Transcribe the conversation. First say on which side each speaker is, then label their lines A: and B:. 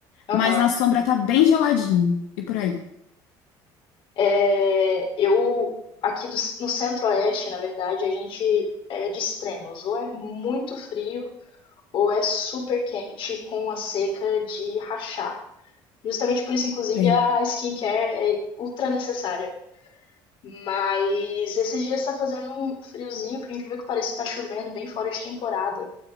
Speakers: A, on the left; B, on the left.
A: Aham.
B: mas na sombra tá bem geladinho. E por aí.
A: É, eu, aqui do- no centro-oeste, na verdade, a gente é de extremos. Ou é muito frio, ou é super quente com a seca de rachar. Justamente por isso, inclusive,
B: Sei.
A: a skincare é ultra necessária. Mas esses dias está fazendo um friozinho, por incrível que pareça, está chovendo bem fora de temporada,